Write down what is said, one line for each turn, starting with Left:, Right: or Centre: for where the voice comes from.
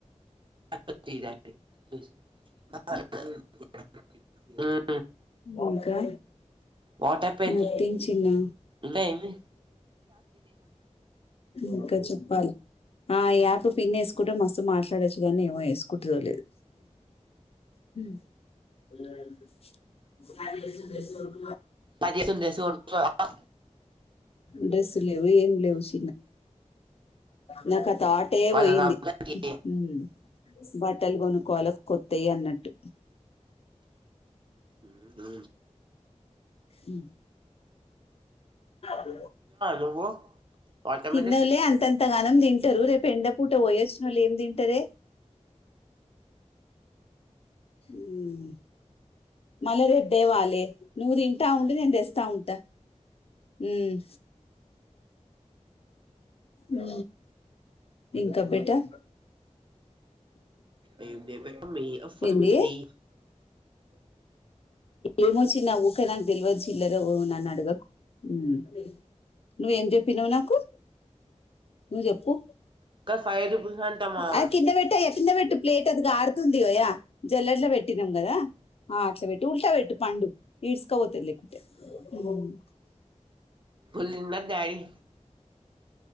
Right: <unintelligible>
Left: ఇంకా
Right: వాట్ హ్యాపెండ్
Left: నథింగ్ చిన్నా
Right: ఇంకా ఏమి
Left: ఇంకా చెప్పాలి ఆ యాప్ పిన్నేసుకుంటే మసము మాట్లాడొచ్చు కానీ ఏమో వేసుకుంటదో లేదు హు <unintelligible>
Right: పది చేస్తుంది తెలుసు అక్క
Left: డ్రైస్ లేవు ఏం లేవుచ్ నాకు ఆ తాటే
Right: తిన్నావా
Left: పోయింది ఉ బట్టలు కొను కాలక్ కొత్తయి అన్నట్టు
Right: ఉమ్ హు
Left: ఆ <inaudible>
Right: నువ్వు వాటర్మిలన్
Left: తిన్నలే అంతంత అంతగానం దింటరు రేపు ఎండపూట బోయొచ్చినోళ్ళు ఏం దింటరే ఉమ్ మళ్ళ రేప్ దేవాలే నువ్ దింటా ఉండు నేన్ దెస్తా ఉంటా ఉమ్ ఊ ఇంకాబేటా
Right: అ పె అఫడ
Left: ఏంది
Right: <unintelligible>
Left: ఏమో చిన్నా ఊకేనాగ్ దెల్వద్ చిల్లర నన్ను అడగకు ఉమ్ నువ్ ఏం జెప్ తినవ్ నాకు నువ్ జెప్పు
Right: ఇంకా ఫైవ్ రూపీస్ అంటమ్మా
Left: అ కింద బెట్టయ్య కింద బెట్టు ప్లేట్ అది గారుతుంది వయ్యా జల్లడలో బెట్టు తినమ్ గదా ఆ అట్లా బెట్టు ఉల్టా బెట్టు పండు ఇడ్స్కబోతది లేకుంటే ఉమ్ ఉమ్
Right: ఫుల్ తిన్నాడు డాడీ